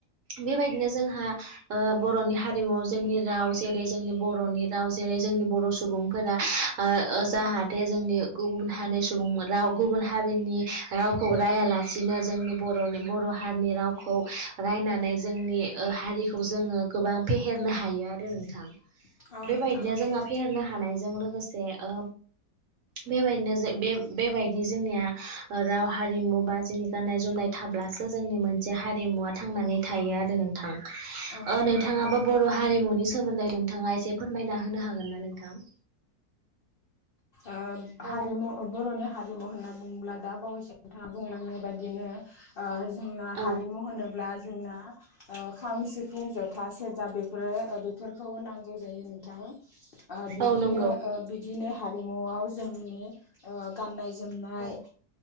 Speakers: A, on the right; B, on the left.
A: बेबायदिनो जोंहा ओ बर'नि हारिमुआव जोंनि राव जेरै जोंनि बर'नि राव जेरै जोंनि जोंनि बर' सुबुंफोरा ओ जाहाथे जोंनि गुबुन हारि सुबुं राव गुबुन हारिनि रावखौबो रायालासे रायलायासिनो जोंनि बर'नि बर' हारिनि रावखौ रायनानै जोंनि हारिखौ जोङो गोबां फेहेरनो हायो आरो नोंथां।
B: औ
A: बेबायदिनो
B: नोंथां नंगौ
A: जोंहा फेहेरनो हानाय जों लोगोसे ओ बेबायदिनो जों बे बेबायदि जोंनिया राव हारिमु बा जोंनि गाननाय जोमनाय थाब्लासो जोंनि मोनसे हारिमुवा थांनानै थायो आरो नोंथां
B: औ नोंथां
A: ओ नोंथाङाबो
B: नंगौ
A: बर' हारिमुनि सोमोन्दै नोंथाङा एसे फोरमायना होनो हागोन ना नोंथां <inaudible>
B: ओ
A: औ
B: हारिमु बर'नि हारिमु होननानै बुङोब्ला दा बावैसो नोंथाङा बुंलांनाय बायदिनो ओ जोंना
A: औ
B: हारिमु होनोब्ला जोंना ओ खाम सिफुं ज'था सेरजा बेफोरो बेफोरखौ नांगौ जायो नोंथाङा ओ बिदिनो
A: औ नंगौ
B: बिदिनो हारिमुआव जोंनि ओ गाननाय जोमनाय
A: औ